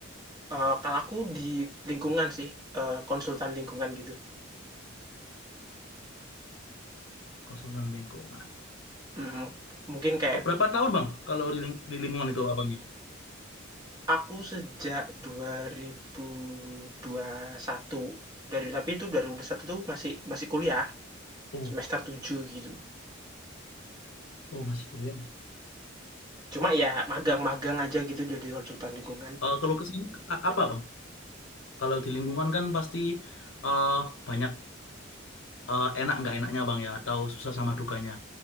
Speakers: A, on the right (about 20°); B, on the left (about 70°).
A: Eee, kalau aku di lingkungan sih, eee, konsultan lingkungan gitu,
B: Konsultan lingkungan.
A: mhm, mungkin kayak
B: Oh, berapa tahun bang? Kalau di, ling- di lingkungan itu abangnya?
A: aku sejak 2021 dari tapi itu dua ribu dua puluh satu tuh masih masih kuliah
B: Oh,
A: semester 7 gitu.
B: oh masih kuliah.
A: Cuma ya magang-magang aja gitu jadi konsultan lingkungan.
B: Eh, kalau kesini apa bang? Kalau di lingkungan kan pasti eh, banyak eh, enak nggak enaknya bang ya, atau susah sama dukanya.